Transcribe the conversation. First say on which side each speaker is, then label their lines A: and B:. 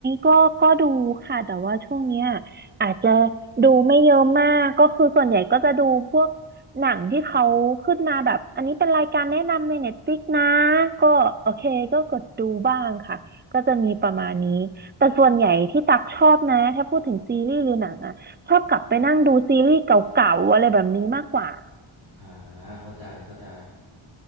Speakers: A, on the right (about 25°); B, on the right (about 45°).
A: ก็ก็ดูค่ะแต่ว่าช่วงเนี้ยอาจจะดูไม่เยอะมากก็คือส่วนใหญ่ก็จะดูพวกหนังที่เขาขึ้นมาแบบอันนี้เป็นรายการแนะนำใน Netflix นะก็โอเคก็กดดูบ้างค่ะก็จะมีประมาณนี้แต่ส่วนใหญ่ที่ตักชอบนะถ้าพูดถึงซีรีส์หรือหนังอ่ะชอบกลับไปนั่งดูซีรีส์เก่าๆอะไรแบบนี้มากกว่า
B: อ่าเข้าใจเข้าใจ